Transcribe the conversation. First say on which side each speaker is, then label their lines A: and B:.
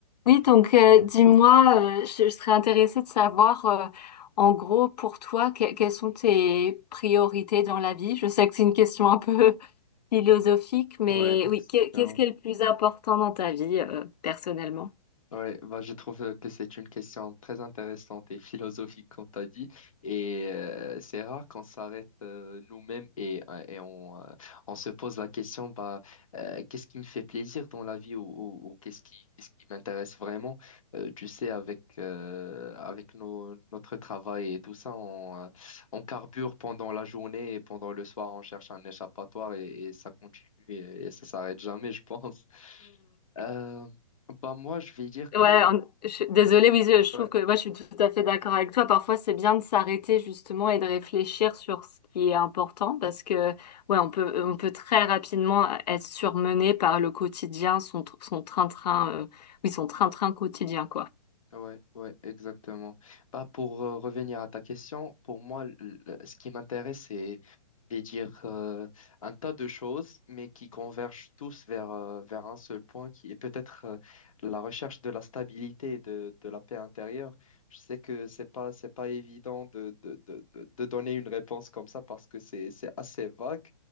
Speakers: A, on the left; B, on the left.
A: Oui, donc euh, dis-moi, euh, je, je serais intéressée de savoir, euh, en gros, pour toi, que- quelles sont tes priorités dans la vie? Je sais que c'est une question un peu <laughs> philosophique, mais
B: Ouais, <laughs>
A: oui,
B: exactement.
A: que- qu'est-ce qui est le plus important dans ta vie, euh, personnellement?
B: Oui, bah, je trouve que c'est une question très intéressante et philosophique, comme tu as dit. Et euh, c'est rare qu'on s'arrête euh, nous-mêmes et, euh, et on, euh, on se pose la question, bah, euh, qu'est-ce qui me fait plaisir dans la vie ou, ou- ou qu'est-ce qui, qu'est-ce qui m'intéresse vraiment? Euh, tu sais, avec, euh, avec nos- notre travail et tout ça, on, euh, on carbure pendant la journée et pendant le soir, on cherche un échappatoire et, et ça continue et, et ça s'arrête jamais, je pense. Euh, bah moi, je vais dire que
A: Ouais, en- je suis désolée, oui, je je
B: Ouais.
A: trouve que moi je suis tout à fait d'accord avec toi. Parfois, c'est bien de s'arrêter justement et de réfléchir sur ce qui est important parce que ouais, on peut on peut très rapidement être surmené par le quotidien, son tr- son train-train, euh, oui, son train-train quotidien quoi.
B: Ouais, ouais, exactement. Bah, pour euh, revenir à ta question, pour moi, le- le- ce qui m'intéresse, c'est de dire euh, un tas de choses, mais qui convergent tous vers, euh, vers un seul point, qui est peut-être euh, la recherche de la stabilité et de, de la paix intérieure. Je sais que c'est pas, c'est pas évident de, de, de, de, de donner une réponse comme ça parce que c'est, c'est assez vague,